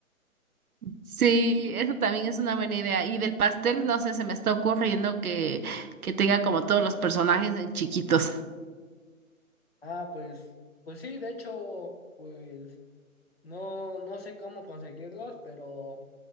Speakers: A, on the right (about 85°); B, on the left (about 45°).
A: Sí, eso también es una buena idea. Y del pastel, no sé, se me está ocurriendo que, que tenga como todos los personajes en chiquitos.
B: Ah, pues, pues sí, de hecho, pues no, no sé cómo conseguirlos, pero